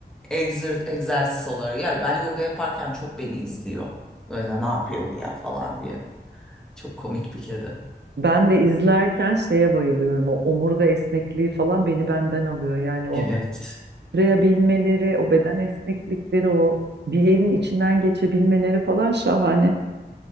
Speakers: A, in the centre; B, on the right (about 85°).
A: Egzer, egzersiz olarak. Ya ben yoga yaparken çok beni izliyor. Böyle ne yapıyor bu ya falan diye. Çok komik bir kedi.
B: Ben de izlerken şeye bayılıyorum. O omurga esnekliği falan beni benden alıyor. Yani o
A: Evet.
B: sürebilmeleri, o beden esneklikleri, o bir yerin içinden geçebilmeleri falan şahane.